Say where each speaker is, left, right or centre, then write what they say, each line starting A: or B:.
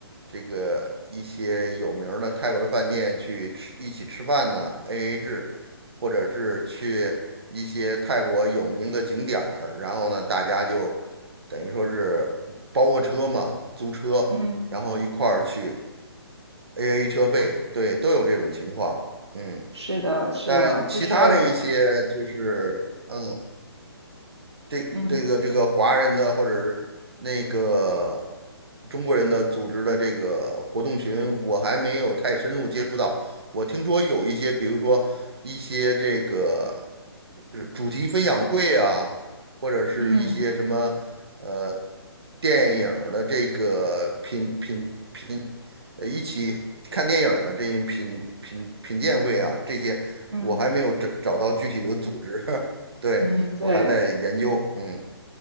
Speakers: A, on the right; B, on the right.
A: 这个一些有名儿的泰国的饭店去吃，一起吃饭呢，AA 制。或者是去一些泰国有名的景点儿，然后呢，大家就等于说是包个车嘛，租车，
B: 嗯
A: 然后一块儿去 AA 车费，对，都有这种情况，嗯，
B: 是的，是的，
A: 但其他的一些就是。
B: 就是
A: 呃这这个这个华人的或者是那个
B: 嗯
A: 中国人的组织的这个活动群，我还没有太深入接触到。我听说有一些，比如说一些这个呃主题分享会啊，或者是一些什么呃
B: 嗯
A: 电影儿的这个品品品，呃一起看电影儿的这些品品品鉴会啊，这些我还没有找找到具体的组织。
B: 嗯
A: <laughs> 对，
B: 嗯嗯，对。
A: 我还在研究，嗯